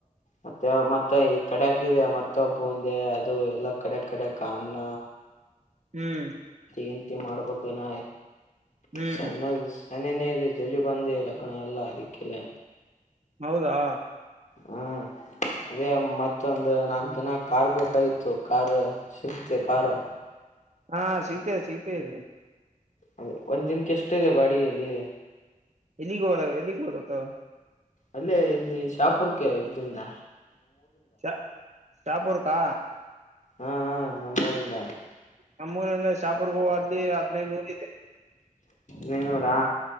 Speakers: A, on the left; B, on the right.
A: ಮತ್ತೆ ಮತ್ತೆ ಈ ಕಡಕ್ ಇದೆ ಮತ್ತೆಬ್ಬ ಒಂದೆ ಅದು ಎಲ್ಲ ಕಡೆ ಕಡಕ್ ಅನ್ನ
B: ಹ್ಮ್
A: ಏಂತ ಮಾಡ್ಬೇಕನ
B: ಹ್ಮ್
A: ಸನ ನನನೇ ಇದೆ ಜಲ್ಲಿಿ ಬಂದ ಲಗ್ನ ಎಲ್ಲ ಅದಿಕ್ಕೆಲ್ಲ
B: ಹೌದಾ
A: ಹ್ಮ್ ಅೇ ಮತ್ತೊಂದು ನಾಲ್ಕ್ ದಿನ ಕಾರ್ ಬೇಕಾಗಿತತ್ತು ಕಾರ್ ಸಿಗ್ತೆ ಕಾರ್ು
B: ಹಾ ಸೀತೆ ಸೀತೆ ಇದೆ
A: ಅದೇ ಒಂದ್ ದಿನಕ್ಕೆ ಎಷ್ಟು ಇದೆ ಬಾಡಿಗೆಯಲ್ಲಿ
B: ಎಲ್ಲಿಗೋಲ ಎಲ್ಲಿಗ ಹದಕ್ಕ
A: ಅಲ್ಲೇ ಇ ಶಾಪುರ್ಕ್ಕೆ ಇದರಿಂದ
B: ಶ ಶಾಪುರ್ಕಾ
A: ಹಾ ನಮ್ಮ ಊರಿಂದ
B: ನಮ್ಮೂರ್ ಅಂದ್ರೆ ಚಾಪುರ್ಗೋ ಅ್ಲ್ಲಿ ಹದ್ನೈದು ನೂರ ಇದೆ
A: ನೀನ್ನೂರಾ